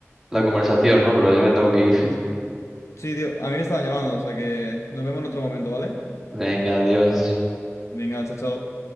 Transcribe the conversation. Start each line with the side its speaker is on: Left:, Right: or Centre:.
Centre: la conversación, ¿no? Pero ya me tengo que ir.
Left: Sí, tío, a mí me estaban llamando, o sea que nos vemos en otro momento, ¿vale?
Centre: <laughs> Venga, adiós.
Left: Venga, chao, chao.